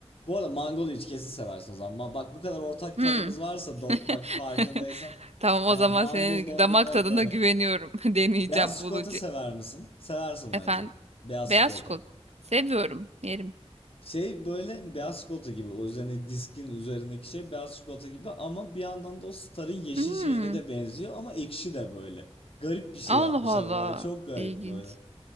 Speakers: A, on the left; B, on the right.
A: bu arada mangolu hiç kesin seversin o zaman. Ma- Bak bu kadar ortak
B: Hmm.
A: tadımız varsa do- bak
B: <laughs>
A: farkındaysan.
B: Tamam
A: Yani
B: o zaman
A: mangol
B: senin
A: dondurmayı
B: damak tadına
A: dene.
B: güveniyorum. <laughs> Deneyeceğim
A: Beyaz
B: bulunca.
A: çikolata sever misin? Seversin bence.
B: Efendim?
A: Beyaz
B: Beyaz
A: çikolata.
B: çikolata. Seviyorum. Yerim.
A: Şey böyle beyaz çikolata gibi o üzerine diskin üzerindeki şey beyaz çikolata gibi ama bir yandan da o Star'ın yeşil
B: Hmm.
A: şeyine de benziyor ama ekşi de böyle. Garip bir şey
B: Allah
A: yapmışlar
B: Allah.
A: böyle çok garip
B: İlginç.
A: böyle.